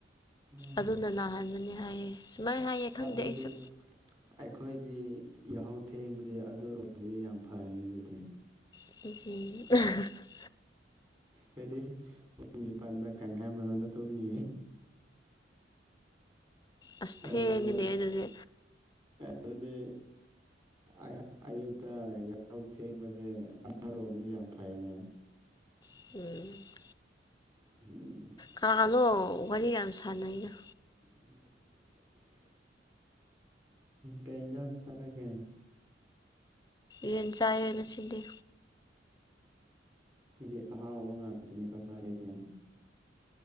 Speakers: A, on the right; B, on the left.
A: ꯎꯝ
B: ꯑꯗꯨꯅ ꯅꯥꯍꯟꯕꯅꯤ ꯍꯥꯏꯌꯦ꯫ ꯁꯨꯃꯥꯏꯅ ꯍꯥꯏꯌꯦ ꯈꯪꯗꯦ
A: ꯑꯗꯨꯗꯤ꯫
B: ꯑꯩꯁꯨ
A: ꯑꯩꯈꯣꯏꯗꯤ ꯌꯥꯍꯧ ꯊꯦꯡꯕꯗꯤ ꯑꯗꯨꯔꯣꯝ ꯒꯤꯗꯤ ꯌꯥꯝ ꯐꯔꯦꯅꯦ ꯗꯨꯗꯤ꯫
B: <unintelligible>
A: ꯈ‌ꯣꯏꯗꯤ ꯄꯨꯡ ꯅꯤꯄꯥꯟꯗ ꯀꯪꯒꯟ ꯃꯅꯨꯡꯗ ꯇꯨꯝꯃꯤ꯫
B: ꯑꯁ ꯊꯦꯡꯉꯤꯅꯦ
A: ꯑꯗꯨꯗ
B: ꯑꯗꯨꯗꯤ
A: ꯑꯗꯨꯗꯤ ꯑꯥꯏꯍ ꯑꯌꯨꯛꯇ ꯌꯥꯍꯧ ꯊꯦꯡꯕꯖ‌ꯦ ꯑꯃꯥꯔꯣꯝꯗꯗꯤ ꯌꯥꯝ ꯐꯩꯅꯦ꯫
B: <unintelligible>
A: <unintelligible>
B: ꯀꯅꯣ ꯋꯥꯔꯤ ꯌꯥꯝ ꯁꯥꯟꯅꯩꯩꯅ꯫
A: <unintelligible> ꯀꯩ ꯏꯟꯖꯥꯡ ꯆꯥꯔꯒꯦ꯫
B: ꯌꯦꯟ ꯆꯥꯏꯌꯦ ꯉꯁꯤꯗꯤ꯫
A: ꯃꯤꯗꯤ ꯑꯍꯥꯎꯕ ꯉꯥꯛꯇꯅꯤꯀꯣ ꯆꯥꯔꯤꯁꯦ꯫